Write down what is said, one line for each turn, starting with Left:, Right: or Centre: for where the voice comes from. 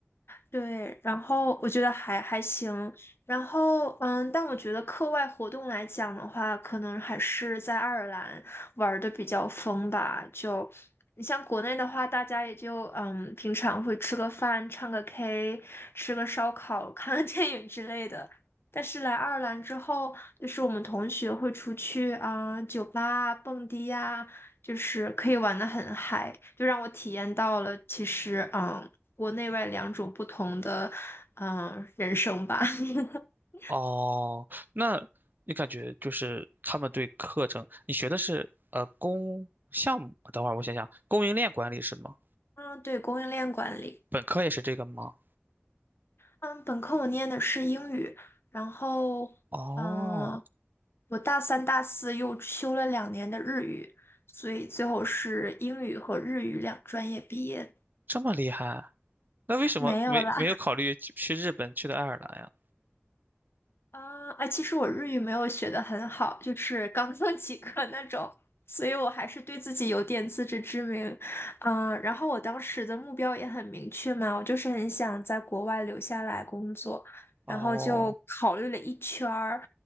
Left: 对，然后我觉得还还行，然后嗯，但我觉得课外活动来讲的话，可能还是在爱尔兰玩的比较疯吧。就你像国内的话，大家也就嗯，平常会吃个饭、唱个 K、吃个烧烤、<laughs> 看个电影之类的。但是来爱尔兰之后，就是我们同学会出去啊、酒吧啊、蹦迪呀、就是可以玩的很嗨，就让我体验到了其实嗯，国内外两种不同的嗯人生吧。<laughs>
Right: 哦，那你感觉就是他们对课程，你学的是呃供项目？等会儿我想想，供应链管理是吗？
Left: 嗯，对，供应链管理。
Right: 本科也是这个吗？
Left: 嗯，本科我念的是英语，然后嗯，
Right: 哦，
Left: 我大三、大四又修了两年的日语，所以最后是英语和日语两专业毕业。
Right: 这么厉害，那为什么没没有考虑去去日本，
Left: 没有啦。
Right: 去的爱尔兰呀？
Left: 啊，哎，其实我日语没有学的很好，就是刚刚 <laughs> 及格那种，所以我还是对自己有点自知之明。嗯，然后我当时的目标也很明确嘛，我就是很想在国外留下来工作，
Right: 哦，
Left: 然后就考虑了一圈儿，